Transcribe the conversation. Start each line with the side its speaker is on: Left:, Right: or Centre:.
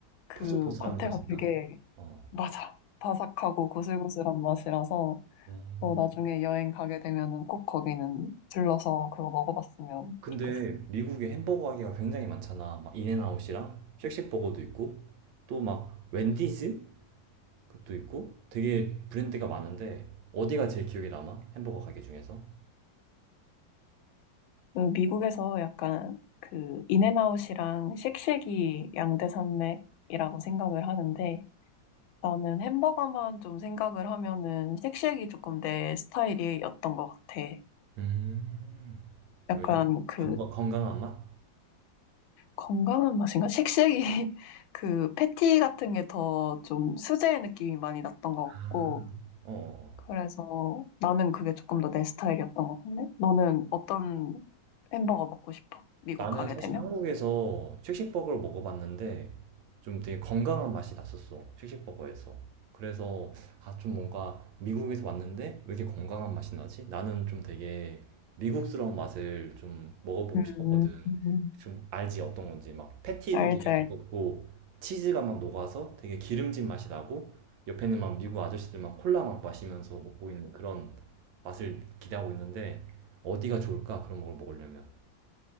Left: 그
Right: 포슬포슬한
Left: 겉에가
Right: 맛인가?
Left: 되게
Right: 어.
Left: 맞아. 바삭하고 고슬고슬한 맛이라서
Right: 음.
Left: 너 나중에 여행 가게 되면은 꼭 거기는 들러서 그거 먹어봤으면
Right: 근데
Left: 좋겠어.
Right: 미국에 햄버거 가게가 굉장히 많잖아. 막 인앤아웃이랑 쉑쉑버거도 있고 또 막 웬디즈 그것도 있고 되게 브랜드가 많은데 어디가 제일 기억에 남아? 햄버거 가게 중에서?
Left: 음, 미국에서 약간 그 인앤아웃이랑 쉑쉑이 양대 산맥이라고 생각을 하는데 나는 햄버거만 좀 생각을 하면은 쉑쉑이 조금 내 스타일이었던 것 같아.
Right: 음.
Left: 약간
Right: 왜?
Left: 그
Right: 건강, 건강한 맛?
Left: 건강한 맛인가? 쉑쉑이 <laughs> 그 패티 같은 게 더 좀 수제 느낌이 많이 났던 것 같고
Right: 아, 어.
Left: 그래서 나는 그게 조금 더 내 스타일이었던 것 같네. 너는 어떤 햄버거 먹고 싶어? 미국
Right: 나는
Left: 가게
Right: 사실
Left: 되면?
Right: 한국에서 쉑쉑버거를 먹어봤는데 좀 되게 건강한 맛이 났었어. 쉑쉑버거에서. 그래서 아, 좀 뭔가 미국에서 왔는데 왜 이렇게 건강한 맛이 나지? 나는 좀 되게 미국스러운 맛을 좀 먹어보고
Left: 음,
Right: 싶었거든.
Left: 음.
Right: 좀 알지 어떤 건지. 막 패티도
Left: 알지,
Right: 되게
Left: 알지.
Right: 두껍고 치즈가 막 녹아서 되게 기름진 맛이 나고 옆에는 막 미국 아저씨들 막 콜라 막 마시면서 먹고 있는 그런 맛을 기대하고 있는데 어디가 좋을까? 그런 걸 먹으려면.